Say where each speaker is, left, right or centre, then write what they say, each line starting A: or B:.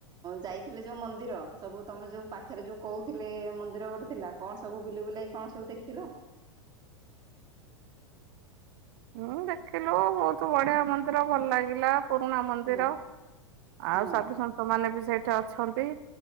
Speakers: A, on the right (about 25°); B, on the right (about 50°).
A: ଯାଇଥିଲେ ଯୋଉ ମନ୍ଦିର ସବୁ ତମେ ଯୋଉ ପା ପାଖେରେ ଯୋଉ କହୁଥିଲେ ମନ୍ଦିର ଗୋଟେ ଥିଲା କଣ ସବୁ ବୁଲି ବୁଲାକି କଣ ସବୁ ଦେଖିଲ?
B: ହୁଁ ଦେଖିଲୁ ବହୁତ ବଢିଆ ମନ୍ଦିର ଭଲ ଲାଗିଲା। ପୁରୁଣା ମନ୍ଦିର
A: ହଁ ହଁ
B: ଆଉ ସାଧୁସନ୍ଥ ମାନେ ବି ସେଇଠି ଅଛନ୍ତି।